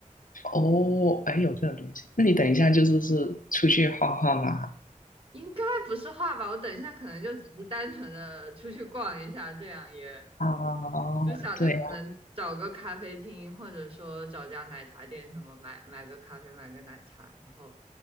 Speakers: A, on the left; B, on the right.
A: 哦，哎，有这个东西。那你等一下就是是出去画画嘛？
B: 应该不是画吧？我等一下可能就只是单纯的出去逛一下，这样也
A: 啊，
B: 就想着可能找个咖啡厅，
A: 对啊，
B: 或者说找家奶茶店什么买买个咖啡，买个奶茶，然后